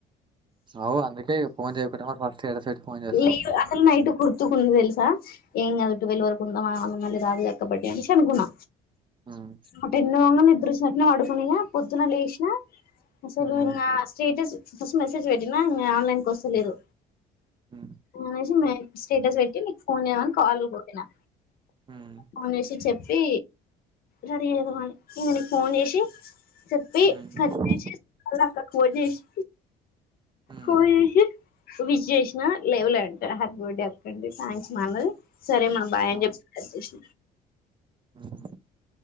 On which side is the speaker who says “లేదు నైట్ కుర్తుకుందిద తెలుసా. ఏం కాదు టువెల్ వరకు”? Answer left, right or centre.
Left